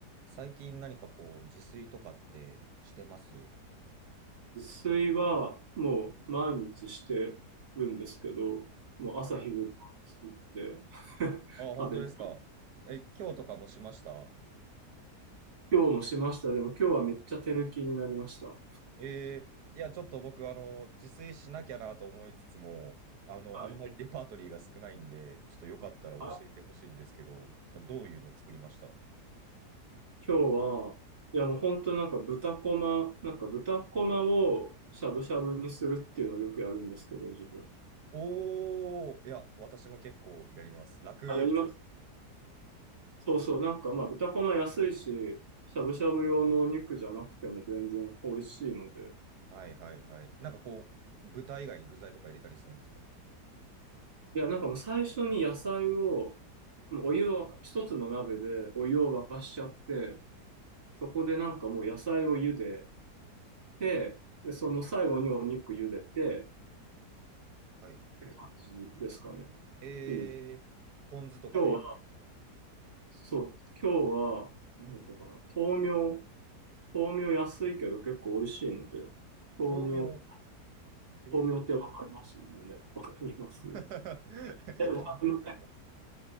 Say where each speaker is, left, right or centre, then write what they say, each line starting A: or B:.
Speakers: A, on the right; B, on the right.
A: 最近何かこう、自炊とかってしてます
B: 自炊はもう毎日してるんですけど、もう朝昼晩作って
A: はい。
B: <laughs>
A: ああ、本当ですか。
B: 食べて、
A: え、今日とかもしました
B: 今日もしました。でも今日はめっちゃ手抜きになりました。
A: えーいや、ちょっと僕、あの、自炊しなきゃなと思いつつも、あの、
B: はい。
A: あんまりレパートリーが少ないんで、ちょっとよかったら教えてほしいんですけど、
B: はい、
A: どういうの作りました
B: 今日は、いやもう本当なんか豚こま、なんか豚こまをしゃぶしゃぶにするっていうのをよくやるんですけど、自分。
A: おー、いや、私も結構やります。楽です。
B: あ、やります。そうそう、なんかまあ豚こま安いし、しゃぶしゃぶ用のお肉じゃなくても全然美味しいので、
A: はいはいはい。なんかこう、豚以外に具材とか入れたりするんですか
B: いや、なんかもう最初に野菜を、もうお湯を沸か、一つの鍋でお湯を沸かしちゃって、そこでなんかもう野菜を茹でて、で、その最後にお肉茹でて、
A: はい。
B: 感じですかね。
A: えー、
B: いい今
A: ポン酢とかで。
B: 日は、そう、今日は、なんだったかな、豆苗、豆苗安いけど結構美味しいので、豆苗、
A: 豆苗。えー、
B: 豆苗ってわかりますよね。わかります
A: <laughs> 豆苗わかります。
B: え、わかりません。